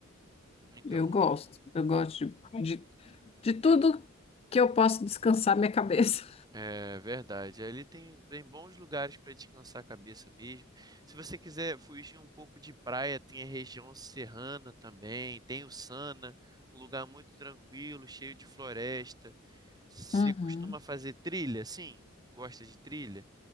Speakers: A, on the right (about 20°); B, on the left (about 30°).
A: então,
B: Eu gosto, eu gosto de, de, de tudo que eu posso descansar minha cabeça.
A: é verdade. Ali tem, tem bons lugares para descansar a cabeça mesmo. Se você quiser fugir um pouco de praia, tem a região serrana também, tem o Sana, um lugar muito tranquilo, cheio de floresta. Você
B: Uhum.
A: costuma fazer trilha, sim? Gosta de trilha?